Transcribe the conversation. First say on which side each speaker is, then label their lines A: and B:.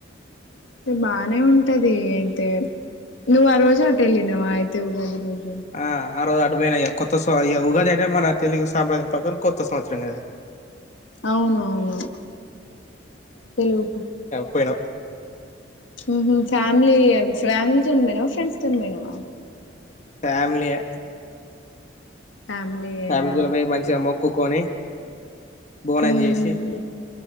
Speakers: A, on the left (about 80°); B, on the left (about 35°).
A: అ బానే ఉంటది అయితే నువ్ ఆ రోజ అటలినవ ఆయ ఉ ఉగాది రోజు
B: ఆ ఆ రోజు అటుపోయినా ఇగ కొత్త స ఇగ ఉగాది అనే మన తెలుగు సాంప్రదాయం ప్రకారం కొత్త సంవత్సరం కదా
A: అవును అవును పిలువుపో
B: పోయినం
A: మ్మ్ హ్మ్ ఫ్యామిలీ ఫ్యామిలీతోని పోయినావా ఫ్రెండ్స్ తోని పోయినవా
B: ఫ్యామిలీయే
A: ఫ్యామిలీయేనా
B: ఫ్యామిలీలో పోయి మంచిగా మొక్కుకొని బోనం
A: ఉమ్
B: చేసి